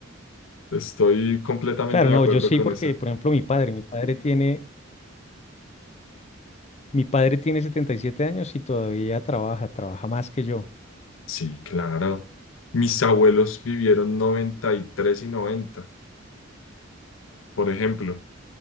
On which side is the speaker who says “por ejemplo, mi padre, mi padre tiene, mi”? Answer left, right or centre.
Left